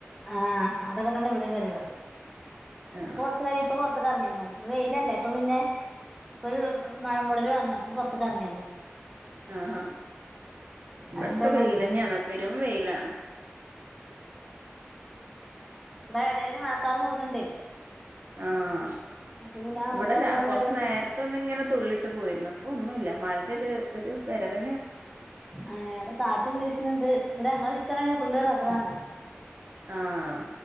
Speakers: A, in the centre; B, on the right.
A: ആ അതൊക്കെതന്നെ വടിം പരിപാടി
B: ആ
A: ഇപ്പൊ കൊർച്ച് കയിഞ്ഞപ്പൊ പൊർത്ത്ക്കെറങ്ങിയെണ്ണു വെയിലല്ലേ ഇപ്പൊ പിന്നെ ഒരു നലമൂടൽ വന്നു അപ്പൊ പൊർത്ത്ക്ക് ഇറങ്ങിയന്നു
B: ആഹാ ഇവട്ത്തെ
A: അത്ക്കങ്ങ്
B: വെയ്ലന്നെ ആണ് പെരും വെയിലാണ്
A: ഇടാ എടേല് മഴക്കാർ മൂടുന്നുണ്ടേ
B: ആഹ്
A: അപ്പൊ പിന്നെ ആ
B: ഇവടെ
A: മഴക്കാറ് മൂടണേന്റെ
B: കൊർച്ച്
A: എടേല്
B: നേര്ത്തൊന്നിങ്ങനെ തുള്ളിട്ട് പോയിരുന്നു ഒന്നുമില്ല മഴന്റെ ഒരു വരവ്
A: ഏ ഇവിടെ കാറ്റും വീശുന്നുണ്ട് ഇവിടെ ഞങ്ങളെ ചിറ്ററും ഫുള്ള് റബ്ബറാണെ
B: ആഹ്